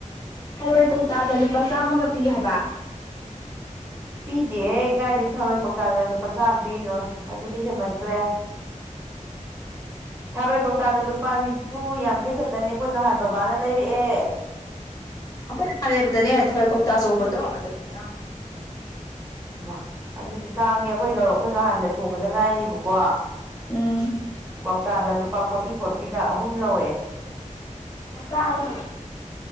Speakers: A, on the left (about 30°); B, on the right (about 15°).
A: ꯊꯔꯣꯢ ꯀꯧꯇꯥꯗ ꯂꯨꯄꯥ ꯆꯥꯝꯃꯥꯒ ꯄꯤ ꯍꯥꯢꯕ
B: ꯄꯤꯗꯦꯍꯦ ꯀꯥꯢꯗꯩ ꯊꯔꯣꯢ ꯀꯧꯇꯥꯗ ꯂꯨꯄꯥ ꯆꯥꯝꯃ ꯄꯤꯅꯣ ꯑꯗꯨꯗꯤ ꯍꯦꯃꯟꯒ꯭ꯔꯦ ꯊꯥꯔꯣꯢ ꯀꯧꯇꯥꯗ ꯂꯨꯄꯥ ꯅꯤꯐꯨ ꯌꯥꯡꯈꯩ ꯈꯛꯇꯅꯦ ꯑꯩꯈꯣꯢ ꯉꯍꯥꯟ ꯕꯕꯥꯅ ꯂꯩꯔꯛꯑꯦ
A: ꯑꯩꯈꯣꯢꯅ ꯉꯥꯍꯥꯜ ꯂꯩꯕꯗꯅꯦ ꯊꯔꯣꯢ ꯀꯧꯇꯥ ꯑꯆꯧꯕꯗꯣ ꯑꯗ ꯂꯨꯄꯥ ꯆꯥꯝꯃ
B: ꯏꯃꯥ ꯑꯗꯨꯗꯤ ꯇꯥꯡꯉꯦ ꯑꯈꯣꯢ ꯂꯧꯔꯛ ꯑꯈꯣꯢ ꯉꯍꯥꯟꯗ ꯊꯣꯡꯕꯗ ꯉꯥꯢꯔꯤꯕꯀꯣ
A: ꯎꯝ
B: ꯀꯧꯇꯥꯗ ꯂꯨꯄꯥ ꯐꯣꯔꯇꯤ ꯐꯣꯔꯇꯤꯗ ꯑꯍꯨꯝ ꯂꯧꯔꯛꯑꯦ
A: ꯃꯆꯥꯔꯥ ꯑꯆꯧꯕ